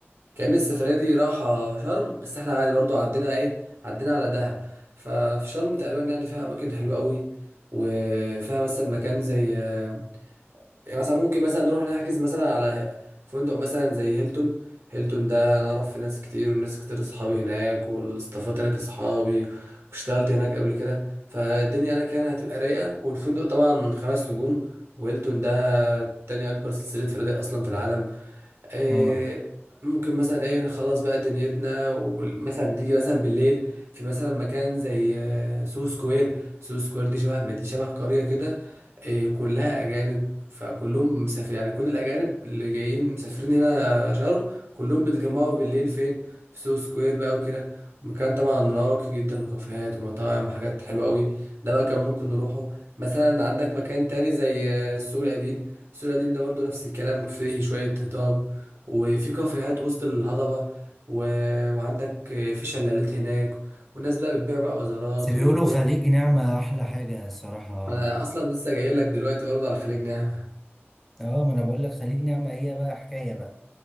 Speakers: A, on the right; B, in the centre.
A: كأن السفرية دي راحة شرم بس احنا عادي برضو عدينا ايه عدينا على دهب ففي شرم تقريبا يعني فيها أماكن حلوة قوي وفيها مثلا مكان زي آه، يعني مثلا ممكن مثلا نروح نحجز مثلا على فندق مثلا زي هيلتون هيلتون ده أنا أعرف في ناس كتير وناس كتير أصحابي هناك والاستافات هناك أصحابي واشتغلت هناك قبل كده فالدنيا هناك يعني هتبقى رايقة والفندق طبعا خمس نجوم وهيلتون ده تاني أكبر سلسلة فنادق أصلا في العالم إيه،
B: اه
A: ممكن مثلا ايه خلاص بقى دنيتنا ومثلا تيجي مثلا بالليل في مثلا مكان زي آه، سو سكوير سو سكوير دي شبه مدي شبه قرية كده إيه، كلها أجانب فكلهم مسافر يعني كل الأجانب اللي جايين مسافرين هنا شرم كلهم بيتجمعوا بالليل فين في سو سكوير بقى وكده مكان طبعا راقي جدا وكافيهات ومطاعم وحاجات حلوة قوي ده مكان ممكن نروحه مثلا عندك مكان تاني زي آه، السوق القديم السوق القديم ده برضو نفس الكلام فيه شوية هضاب وفي كافيهات وسط الهضبة و... وعندك في شلالات هناك والناس بقى بتبيع بقى وزارات
B: بس بيقولوا
A: وتبيع
B: خليج نعمة احلى حاجة الصراحة
A: ما انا اصلا لسه جاي لك دلوقتي برضه على خليج نعمة
B: اه ما انا بقول لك خليج نعمة هي بقى حكاية بقى